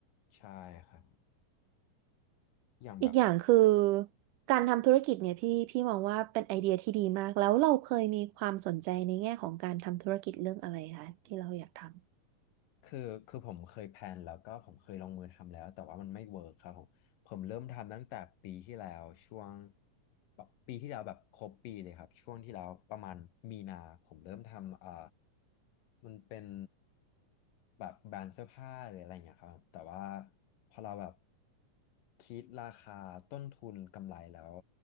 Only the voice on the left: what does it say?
ใช่ครับอย่างแบบ
คือคือผมเคยแพลนแล้วก็ผมเคยลงมือทำแล้วแต่ว่ามันไม่เวิร์คครับผมผมเริ่มทำตั้งแต่ปีที่แล้วช่วงแบบปีที่แล้วแบบครบปีเลยครับช่วงที่แล้วประมาณมีนาผมเริ่มทำเอ่อมันเป็นแบบแบรนด์เสื้อผ้าหรืออะไรอย่างเงี้ยครับแต่ว่าพอเราแบบคิดราคาต้นทุนกำไรแล้ว